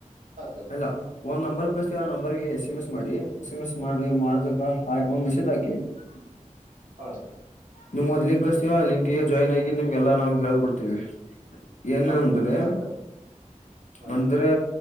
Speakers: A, on the right (about 75°); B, on the left (about 65°).
A: ಹಾ ಸರ್
B: ಅ ಒಂದ್ ನಂಬರ್ ಕಸ್ತವಿ ಆ ನಂಬರ್ಗೆ ಎಸ್ ಎಮ್ ಎಸ್ ಮಾಡಿ ಎಸ್ ಎಂ ಎಸ್ ಮಾಡಿ ಮಾಡಿದ್ರ ಐ ಒಂಧ್ ಮೆಸೇಜ್ ಹಾಕಿ <inaudible>
A: ಹಾ ಸ
B: ನಿಮ್ ಒಂದ್ ಲಿಂಕ್ ಕಸ್ತೀವ ಆ ಲಿಂಕ್ಗೆ ಜಾಯ್ನ್ ಆಗಿ ನಿಮ್ಗೆಲ್ಲಾ ನಾವು ಹೇಕೊಡ್ತೇವಿ ಏನಂದ್ರೆ
A: ಹೌದು ಹೌದು ಹಾ ಸರ್ ಹಾ
B: ಅಂದ್ರೆ